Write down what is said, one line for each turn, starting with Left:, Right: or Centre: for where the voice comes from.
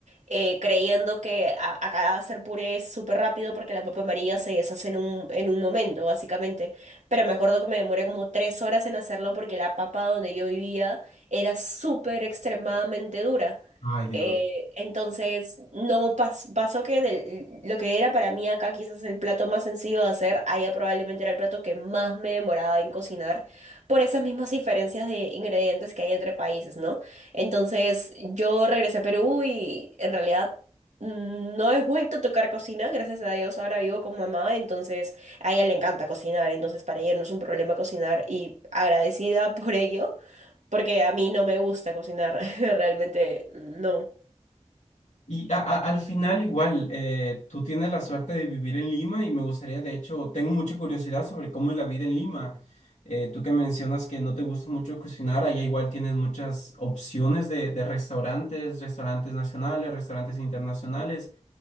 Right: eh, creyendo que a- acá hacer puré es súper rápido porque la papa amarilla se deshace en un, en un momento, básicamente. Pero me acuerdo que me demoré como tres horas en hacerlo porque la papa donde yo vivía era súper extremadamente dura.
Left: Ay, Dios.
Right: Eh, entonces, no pas- pasó que del- lo que era para mí acá quizás el plato más sencillo de hacer, allá probablemente era el plato que más me demoraba en cocinar por esas mismas diferencias de ingredientes que hay entre países, ¿no? Entonces, yo regresé a Perú y en realidad mm, no he vuelto a tocar cocina, gracias a Dios, ahora vivo con mamá, entonces a ella le encanta cocinar, entonces para ella no es un problema cocinar y agradecida <laughs> por ello, porque a mí no me gusta cocinar, <laughs> realmente no.
Left: Y a- a- al final igual, eh, tú tienes la suerte de vivir en Lima y me gustaría, de hecho, tengo mucha curiosidad sobre cómo es la vida en Lima. Eh, tú que mencionas que no te gusta mucho cocinar, allá igual tienes muchas opciones de, de restaurantes, restaurantes nacionales, restaurantes internacionales.